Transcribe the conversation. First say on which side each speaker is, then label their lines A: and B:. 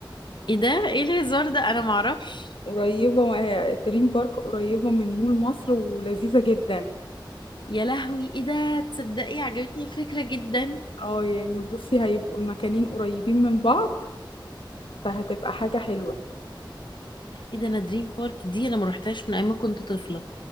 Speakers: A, on the left; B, on the left.
A: ايه ده ايه الهزار ده انا معرفش
B: قريبة آه، دريم بارك قريبة من مول مصر ولذيذة جدا
A: يا لهوي ايه ده تصدقي عجبتني الفكره جدا
B: اه يعني بصي هيبقوا المكانين قريبين من بعض فهتبقى حاجة حلوة
A: ايه ده انا دريم بارك دي انا ما رحتهاش من ايام ما كنت طفله